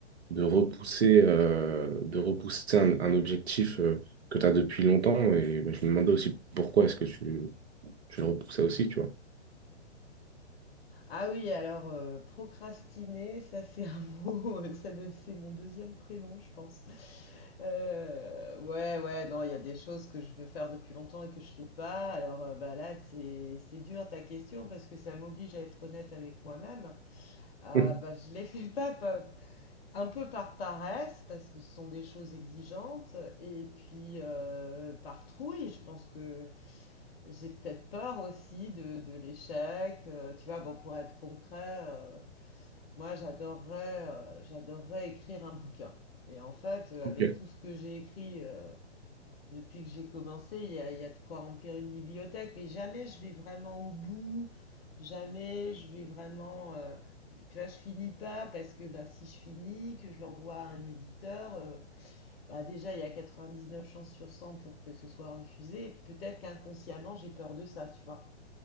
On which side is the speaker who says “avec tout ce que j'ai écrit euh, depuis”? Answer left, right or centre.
Left